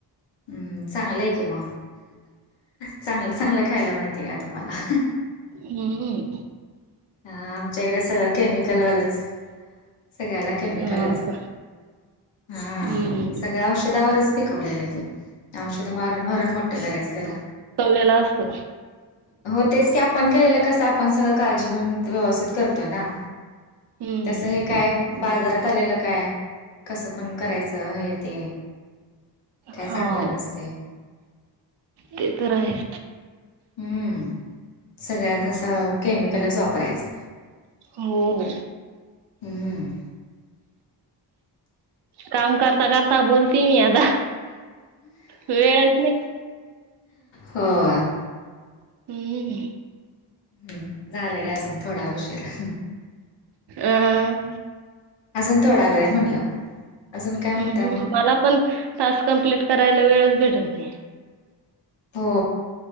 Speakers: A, on the left (about 80°); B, on the right (about 60°).
A: हम्, चांगलं य की मग, चांगलं-चांगलं खायला मिळत का तुम्हाला.
B: हम्म.
A: हां आमच्या इकड सगळं केमिकलवालंच, सगळ्याला केमिकलच.
B: हां का
A: हां
B: हम्म.
A: सगळ्या औषधावरच पिकवलेलं ते. औषध मारूण मारूण मोठ करायच त्याला.
B: लेला असतो.
A: हो तेच की आपण केलेलं कस आपण सगळं काळजी- - जी घेऊन व्यवस्थित करतो ना?
B: हम्म.
A: तस हे काय बाजारात आलेलं काय- कसं पण करायचं हे ते. काय
B: हाव.
A: चांगलं नसते
B: ते तर आहे.
A: हम्म. सगळ्यात असं केमिकलच वापरायचं.
B: हो.
A: हम्म
B: काम करता करता बोलतीए मी आता. वेळ-
A: होय.
B: हम्.
A: हम्म. झालं गी अजून थोडा उशीरा-
B: अ-
A: अजून थोडा वेळ म्हणलं. अजून काय म्हणताय
B: हं.
A: मग
B: मला पण टास्क कम्प्लीट करायला वेळच भेटत नाही.
A: हो.